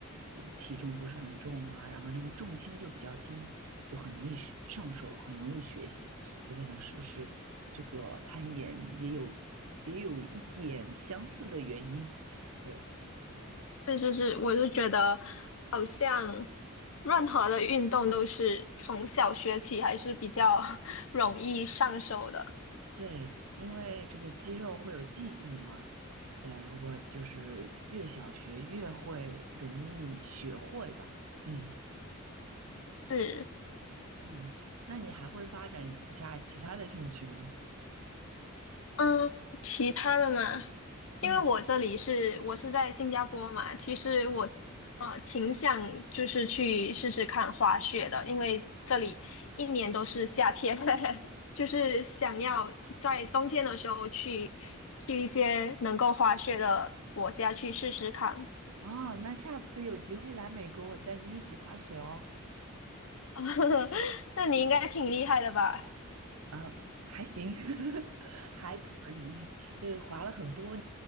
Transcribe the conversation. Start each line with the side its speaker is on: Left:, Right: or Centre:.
Right: 嗯体重不是很重啊，然后他们重心就比较低，就很容易学上手，很容易学习。我在想，是不是这个攀岩也有也有一点相似的原因？对
Left: 是是是，我就觉得好像任何的运动都是从小学起还是比较 <laughs> 容易上手的。
Right: 对，因为这个肌肉会有记忆嘛。对啊，如果就是越小学越会容易学会吧。嗯
Left: 是，
Right: 嗯，那你还会发展其他其他的兴趣吗？
Left: 嗯，其他的嘛，
Right: 嗯。
Left: 因为我这里是我是在新加坡嘛，其实我啊挺想就是去试试看滑雪的，因为这里一年都是夏天，<laughs> 就是想要在冬天的时候去去一些能够滑雪的国家去试试看。
Right: 哦，那下次有机会来美国，我带你一起滑雪哦。
Left: <laughs> 那你应该挺厉害的吧？
Right: 啊，还行，<laughs> 还可以，就是滑了很多，